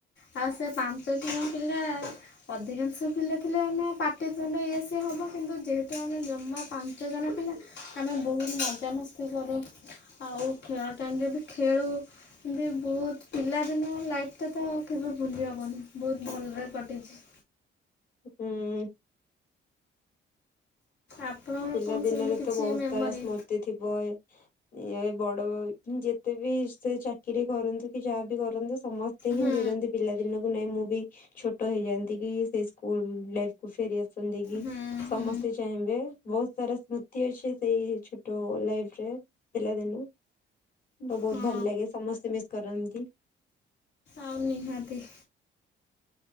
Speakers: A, on the left; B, on the left.
A: ଆଉ ସେ ପାଞ୍ଚ ଜଣ ପିଲା ଅଧିକାଂଶ ପିଲା ଥିଲେ ଆମେ ପାଟି ତୁଣ୍ଡ ଇଏ ସିଏ ହବୁ କିନ୍ତୁ ଯେହେତୁ ଆମେ ଜମା ପାଞ୍ଚ ଜଣ ପିଲା ଆମେ ବହୁତ ମଜାମସ୍ତି କରୁ ଆଉ ଖେଳ ଟାଇମରେ ବି ଖେଳୁ କିନ୍ତୁ ବହୁତ ପିଲାଦିନ ଲାଇଫଟା ତ କେବେ ଭୁଲି ହବନି ବହୁତ ଭଲରେ କଟିଚି।
B: ହୁଁ।
A: ଆପଣଙ୍କର
B: ପିଲା
A: କଣ
B: ଦିନରେ
A: ସେମିତି କିଛି
B: ତ ବହୁତ
A: ମେମୋରି?
B: ସାରା ସ୍ମୃତି ଥିବ ଇଏ ବଡ ହୋଇ ଯେତେ ବି ସେ ଚାକିରି କରନ୍ତୁ କି ଯାହା ବିି କରନ୍ତୁ ସମସ୍ତେ ହିଁ
A: ହୁଁ
B: ଜୁୁରନ୍ତି ପିଲା ଦିନକୁ ନାଇଁ ମୁଁ ବି ଛୋଟ ହେଇଯାନ୍ତି କି ସେ ସ୍କୁଲ ଲାଇଫ କୁ ଫେରି ଆସନ୍ତି କି।
A: ହୁଁ
B: ସମସ୍ତେ
A: ହୁଁ।
B: ଚାହିଁବେ। ବହୁତ ସାରା ସ୍ମୃତି ଅଛି ସେଇ ଛୋଟ ଲାଇଫ ରେ ପିଲାଦିନୁ। ମୋ ବହୁତ
A: ହଁ
B: ଭଲ ଲାଗେ ସମସ୍ତେ ମିସ୍ କରନ୍ତି।
A: ଆଉ ନିହାତି।